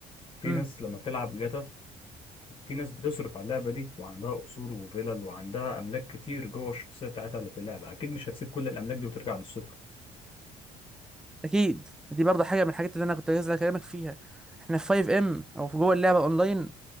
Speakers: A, on the left (about 35°); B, in the centre.
A: في
B: امم
A: ناس لما تلعب جاتا في ناس بتصرف على اللعبة دي وعندها قصور وفلل وعندها أملاك كتير جوه الشخصية بتاعتها اللي في اللعبة أكيد مش هتسيب كل الأملاك دي وترجع للصفر
B: اكيد دي برضه حاجه من الحاجات اللي انا كنت عايز اكلمك فيها احنا في 5 ام او في جوه اللعبه اونلاين